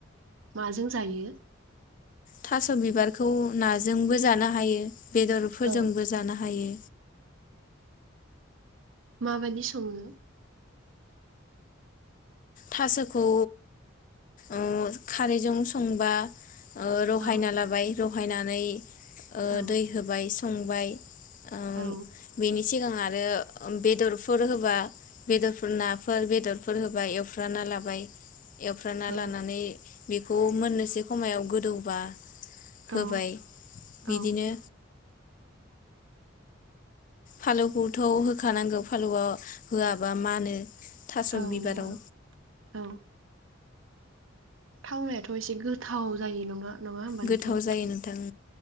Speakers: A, on the right; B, on the left.
A: माजों जायो?
B: थास बिबारखौ नाजोंबो जानो हायो। बेदरफोरजोंबो
A: औ
B: जानो हायो।
A: माबादि सङो?
B: थासखौ ओ खारैजों संबा रहायना
A: औ
B: लाबाय र हायनानै ओ
A: औ
B: दै होबाय संबाय ओम
A: औ
B: बेनि सिगां आरो ओ बेदरफोर होबा बेरफोर नाफोर बेदरफोर होबा एव फ्राना लाबाय एवफ्राना
A: औ
B: लानानै बेखौ मोननोसै खमायाव गोदौबा होबाय
A: औ औ
B: बिदिनो फालौखौथ होखानांगौ फालौआव होआबा मानो थास'
A: औ
B: बिबाराव
A: नंगौ औ थावनायाथ एसे गोथाव जायो नङा नङा होमबा
B: गोथाव
A: नोंथां
B: जायो नोंथां